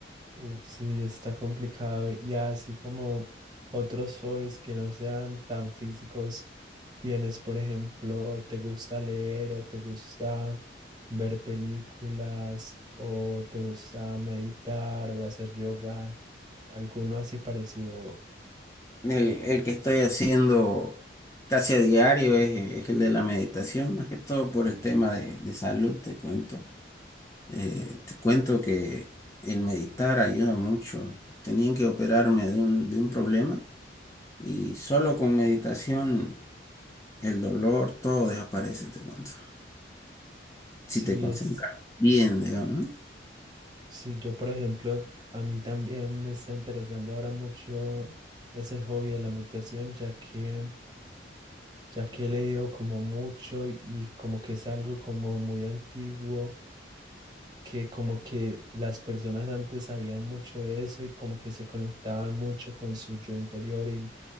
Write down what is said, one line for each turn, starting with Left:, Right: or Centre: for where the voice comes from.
Right: Uf, sí, está complicado. Y así como otros hobbies que no sean tan físicos, tienes, por ejemplo, te gusta leer o te gusta ver películas o te gusta meditar o hacer yoga, alguno así parecido.
Left: El, el que estoy haciendo casi a diario es, es el de la meditación, más que todo por el tema de, de salud, te cuento. Eh, te cuento que el meditar ayuda mucho. Tenían que operarme de un, de un problema y solo con meditación el dolor, todo desaparece, te cuento. Si
Right: Sí,
Left: te concentras
Right: es.
Left: bien, digamos, ¿no?
Right: Sí, yo por ejemplo, a mí también me está interesando ahora mucho ese hobby de la meditación, ya que, ya que he leído como mucho y, y como que es algo como muy antiguo, que como que las personas antes sabían mucho de eso y como que se conectaban mucho con su yo interior y